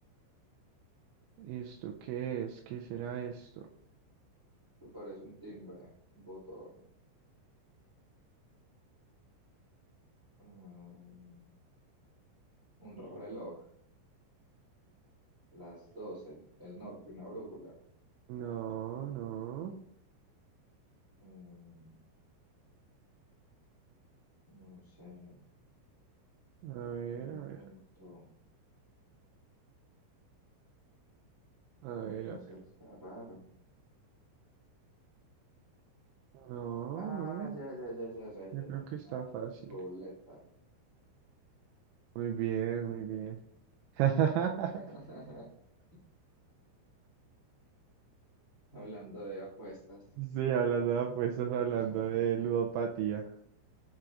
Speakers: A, on the right; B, on the right.
A: ¿esto qué es? ¿Qué será esto?
B: Tú pareces un timbre, un botón, mm, un reloj, las 12, el norte, una brújula.
A: No, no.
B: Mm, no sé,
A: A ver,
B: un
A: a ver,
B: punto.
A: a
B: Uy,
A: ver,
B: no
A: a ver.
B: sé, eso está raro.
A: No,
B: Ah,
A: no.
B: ya, ya, ya, ya, ya,
A: Yo
B: ya,
A: creo
B: ya,
A: que
B: una
A: está fácil.
B: ruleta.
A: Muy bien, muy bien. <laughs>
B: <laughs> Hablando de apuestas,
A: Sí, hablando de apuestas, hablando
B: <laughs>
A: de ludopatía.